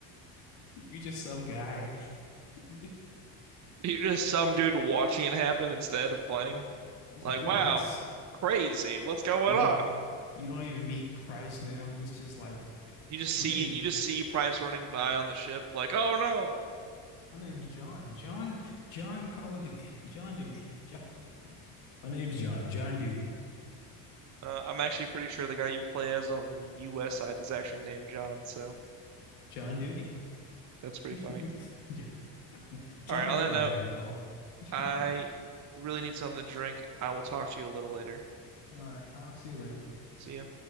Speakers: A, on the left; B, on the right.
A: You just some guy. <laughs> He's
B: You're just some dude watching it happen instead of playing. Like,
A: a dude.
B: wow,
A: That's
B: crazy. What's going
A: you.
B: on?
A: know, You don't even meet Price now. It's just like
B: You just
A: my
B: see
A: name.
B: you just see Price running by on the ship, like, oh no.
A: My name's John. John. John Call of Duty. John Duty. John. My name's John. John Duty.
B: Uh, I'm actually pretty sure the guy you play as on the US side is actually named John, so
A: John Duty.
B: that's pretty
A: <laughs>
B: funny.
A: John
B: All right, on
A: Everyman,
B: that note,
A: they call
B: I
A: him.
B: really need something to drink. I will talk to you a little later.
A: <laughs> All right, I'll see you later.
B: See ya.